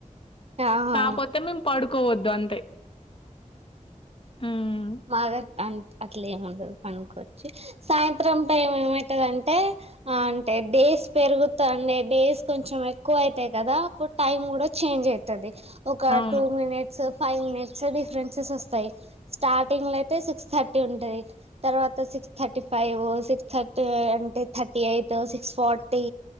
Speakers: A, on the right; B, on the left.
A: ఆహా
B: కాకపోతే మేము పడు కోవద్దు అంతే హ్మ్.
A: మాగర్ అం అట్లేం ఉండదు పనికొచ్చి సాయంత్రం టైం ఏమయితది అంటే అంటే డేస్ పెరుగుతండే డేస్ కొంచెం ఎక్కువ అవుతాయి కదా అప్పుడు టైం కూడా చేంజ్ అయితది ఒక
B: అవును.
A: టూ మినిట్స్ ఫైవ్మింటీస్ డిఫరెన్సెస్ వస్తాయి స్టార్టింగ్ లో అయితే సిక్స్ థర్టీ ఉంటుంది తర్వాత six thirty five six thirty అంటే థర్టీ ఎయిట్ సిక్స్ ఫార్టీ